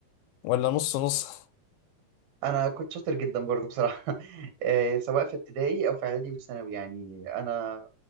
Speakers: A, on the left; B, on the right.
A: ولا نص نص
B: انا كنت شاطر جدا برضو بصراحه <laughs> آه، سواء في ابتدائي او في اعدادي وثانوي يعني انا